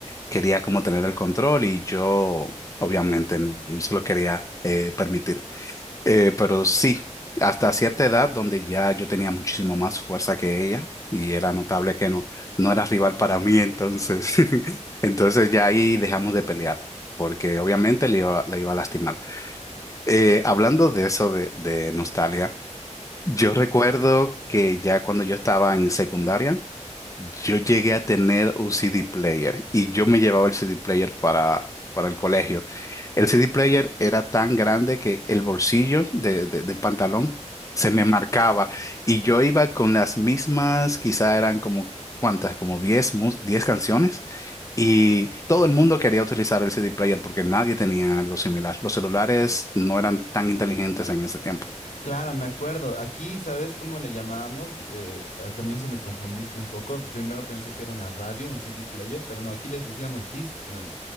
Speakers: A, on the left; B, on the left.
A: quería como tener el control y yo obviamente no, no se lo quería eh, permitir. Eh, pero sí, hasta cierta edad donde ya yo tenía muchísimo más fuerza que ella y era notable que no, no era rival para mí, entonces, <laughs> entonces ya ahí dejamos de pelear, porque obviamente le iba, le iba a lastimar. Eh, hablando de eso de, de nostalgia, yo recuerdo que ya cuando yo estaba en secundaria, yo llegué a tener un CD player y yo me llevaba el CD player para, para el colegio. El CD player era tan grande que el bolsillo de- de- del pantalón se me marcaba y yo iba con las mismas, quizá eran como, ¿cuántas? Como diez mus- 10 canciones y todo el mundo quería utilizar el CD player porque nadie tenía algo similar. Los celulares no eran tan inteligentes en ese tiempo.
B: Claro, me acuerdo. Aquí, ¿sabes cómo le llamábamos? Eh, al comienzo me confundiste un poco. Primero pensé que era una radio, un CD player, pero no, aquí les decíamos Discman.